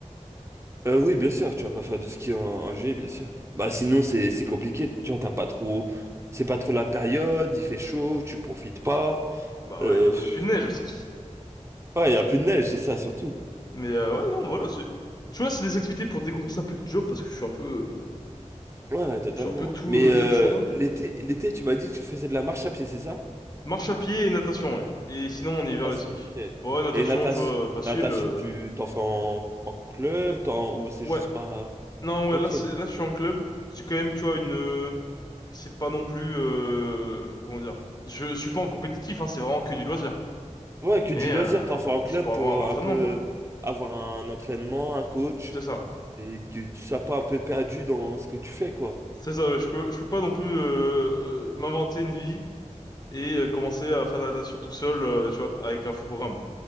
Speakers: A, on the right (about 20°); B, on the left (about 30°).
A: Euh, oui, bien sûr, tu vas pas faire de ski en, en juillet, bien sûr. Bah sinon c'est c'est compliqué, tu vois, t'as pas trop, c'est pas trop la période, il fait chaud, tu profites pas.
B: Bah
A: Euh,
B: ouais, il y a
A: pff,
B: plus de neige aussi.
A: ouais, y a plus de neige, c'est ça surtout.
B: Mais euh, ouais, non, voilà, c'est... Tu vois, c'est des activités pour décompresser un peu du job parce que je suis un peu, euh,
A: Ouais, totalement.
B: je suis un peu tout
A: Mais
B: euh,
A: euh,
B: sous le chaud là. Et...
A: l'été, l'été, tu m'as dit que tu faisais de la marche à pied, c'est ça?
B: Marche à pied et natation, ouais. Et sinon, on hiver
A: Natation,
B: le ski.
A: ok.
B: Ouais, natation,
A: Et natation,
B: tu vois, facile.
A: natation,
B: euh.
A: tu t'en fais en, en club, t'en, ou c'est
B: Ouais,
A: juste pas...
B: non, ouais,
A: Ok.
B: là, c'est, là, je suis en club. C'est quand même, tu vois, une, euh, c'est pas non plus, euh, comment dire. Je suis pas en compétitif, hein, c'est vraiment que du loisir.
A: Ouais, que du
B: Mais
A: loisir,
B: euh,
A: t'en fais en club
B: c'est pour
A: pour
B: avoir un vrai entraînement,
A: un peu
B: quoi.
A: avoir un entraînement, un coach.
B: C'est ça.
A: et que tu sois pas un peu perdu dans ce que tu fais, quoi.
B: C'est ça, ouais, je peux, je peux pas non plus euh, euh, m'inventer une vie et euh, commencer à faire de la natation tout seul, euh, tu vois, avec un fou programme.